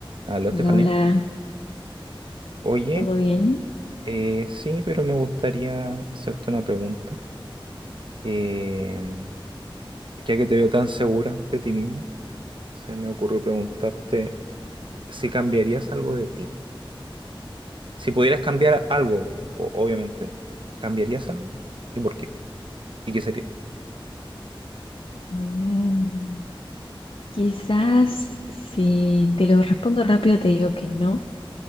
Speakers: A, on the right; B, on the left.
A: Aló, Estefanía.
B: Hola, hola,
A: Oye,
B: ¿todo bien?
A: eh, sí, pero me gustaría hacerte una pregunta. Em, ya que te veo tan segura de ti misma, se me ocurrió preguntarte si cambiarías algo de ti. Si pudieras cambiar algo, o- obviamente, ¿cambiarías algo? ¿Y por qué? ¿Y qué sería?
B: Mm, quizás si te lo respondo rápido te digo que no,